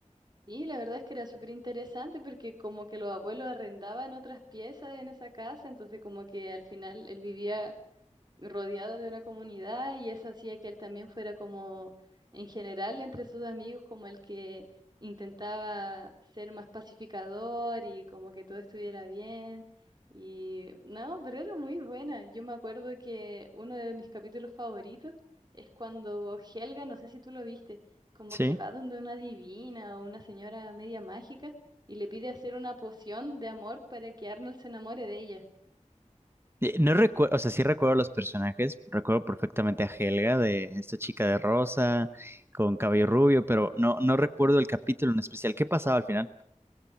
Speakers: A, on the right; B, on the right.
A: sí, la verdad es que era súper interesante porque como que los abuelos arrendaban otras piezas en esa casa, entonces como que al final él vivía rodeado de una comunidad y eso hacía que él también fuera como, en general, entre sus amigos, como el que intentaba ser más pacificador y como que todo estuviera bien. Y no, pero era muy buena. Yo me acuerdo que uno de mis capítulos favoritos es cuando Helga, no sé si tú lo viste, como
B: Sí.
A: que va donde una divina o una señora media mágica y le pide hacer una poción de amor para que Arnold se enamore de ella.
B: Eh, No recuerdo, o sea, sí recuerdo los personajes, recuerdo perfectamente a Helga de esta chica de rosa con cabello rubio, pero no, no recuerdo el capítulo en especial. ¿Qué pasaba al final?